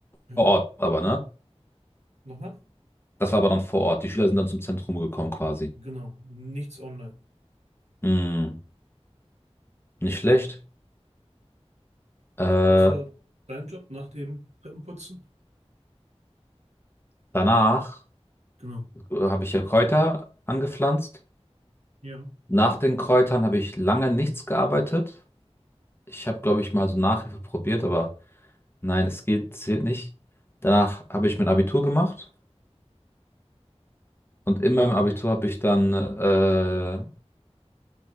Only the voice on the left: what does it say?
Vor Ort aber, ne?
Das war aber dann vor Ort. Die Schüler sind dann zum Zentrum gekommen quasi.
Hm, nicht schlecht. Äh,
danach
äh, habe ich ja Kräuter angepflanzt.
Nach den Kräutern habe ich lange nichts gearbeitet. Ich habe, glaube ich, mal so Nachhilfe probiert, aber nein, es geht, zählt nicht. Danach habe ich mein Abitur gemacht und in meinem Abitur habe ich dann, äh,